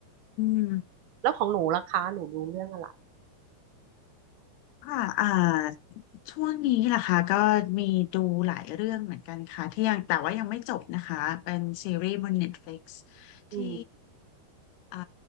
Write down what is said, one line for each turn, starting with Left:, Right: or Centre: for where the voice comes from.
Left: ม
Right: แล้วของหนูล่ะคะหนูดูเรื่องอะไร
Left: ค่ะ อ่าช่วงนี้ล่ะค่ะก็มีดูหลายเรื่องเหมือนกันค่ะที่ยังแต่ว่ายังไม่จบนะคะ เป็นซีรีส์บน Netflix
Right: อืม
Left: ที่อ่า